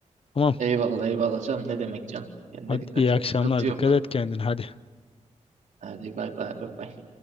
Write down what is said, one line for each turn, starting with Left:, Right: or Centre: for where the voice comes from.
Left: Tamam.
Right: Eyvallah eyvallah canım ne demek canım. Kendine
Left: Hadi
Right: dikkat
Left: iyi akşamlar.
Right: et. Sıkıntı yok.
Left: Dikkat et kendine. Hadi.
Right: Hadi bay bay bay bay.